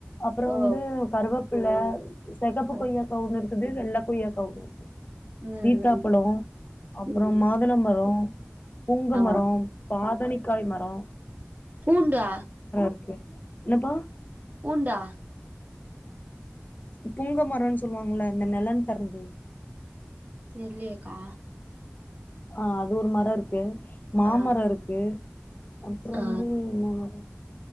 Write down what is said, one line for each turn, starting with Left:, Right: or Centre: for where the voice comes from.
Left: அப்பறோ
Right: ஓ ஓ
Left: வந்து கருவப்புல்ல செகப்பு
Right: ஆ
Left: கொய்யாக்கா ஒன்னுருக் குது வெள்ள கொய்யாக்கா ஒன்னு இருக்கு
Right: ம்
Left: சீத்தாப்பழொ
Right: ம்
Left: அப்பறொ
Right: ம்
Left: மாதுளம் மரோ புங்க
Right: ஆ
Left: மரோ பாதனிக்காய் மரோ
Right: பூண்டா
Left: க்கு என்னப்பா
Right: பூண்டா
Left: புங்க மரன்னு சொல்லுவாங்கள இந்த நிலழ் தறது
Right: தெர்லயேகா
Left: ஆஹ் அது ஒரு மரோ இருக்கு மாமரோ
Right: ஆ
Left: இருக்கு அப்பறோ
Right: ஆ
Left: வந்து என்ன மரோ